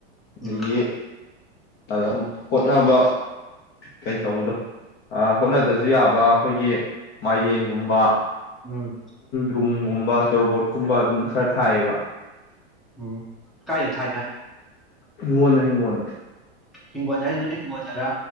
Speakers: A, on the left; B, in the centre.
A: ꯑꯗꯒꯤ
B: ꯎꯝ
A: ꯑꯗꯨꯝ ꯍꯣꯠꯅꯕ ꯀꯩ ꯇꯧꯕꯗꯣ ꯑꯥ ꯍꯣꯠꯅꯗꯁꯨ ꯌꯥꯕ ꯑꯩꯈꯣꯏꯒꯤ ꯃꯥꯏꯔꯦꯟꯒꯨꯝꯕ
B: ꯎꯝ
A: ꯔꯨꯝꯒꯨꯝꯕ ꯇꯣꯔꯣꯕꯣꯠꯀꯨꯝꯕ ꯑꯗꯨꯝ ꯈꯔ ꯊꯥꯏꯑꯦꯕ
B: ꯎꯝ ꯀꯥꯏꯗ ꯊꯥꯏ ꯅ
A: ꯍꯤꯉꯣꯟꯗ ꯍꯤꯉꯣꯟꯗ
B: ꯍꯤꯡꯒꯣꯟꯜꯗ ꯍꯥꯏꯁꯤ ꯅꯣꯏ ꯍꯤꯡꯒꯣꯟꯗꯔꯥ